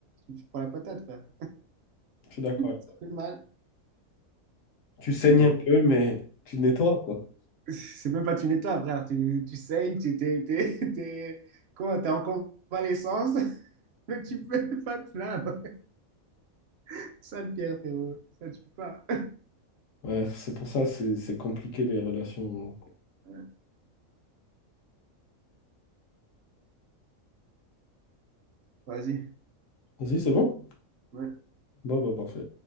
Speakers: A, on the right; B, on the left.
A: tu, tu prends la patate, frère.
B: Je suis d'accord.
A: Ça fait mal.
B: Tu saignes
A: Bon.
B: un peu, mais tu te nettoies, quoi.
A: <laughs> C'est même pas une étoile, frère. Tu, tu saignes, tu t'es, t'es, t'es- quoi, t'es en convalescence, <laughs> mais tu peux pas te plaindre. <laughs> Ça, le pire, frérot. Ça, tu peux pas.
B: Ouais, c'est pour ça, c'est c'est compliqué les relations.
A: <laughs> Ouais. Vas-y.
B: Vas-y, c'est bon?
A: Ouais.
B: Bon, bah, parfait.